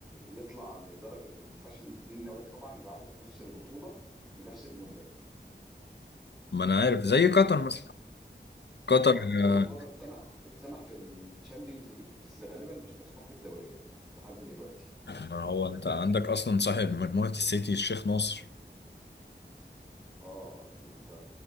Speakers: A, in the centre; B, on the left.
A: يطلع لدرجه يعني ما ينفعش إن اتنين نوادي طبعا يلعبوا في نفس البطوله لنفس الملاك
B: ما أنا عارف زي قطر مثلا قطر
A: اه هو
B: آه،
A: الموضوع ده اتسمح اتسمح في الشامبيونز ليج بس غالبا مش مسموح في الدوريات لحد دلوقتي
B: ما هو أنت عندك أصلا صاحب مجموعة السيتي الشيخ ناصر
A: اه انت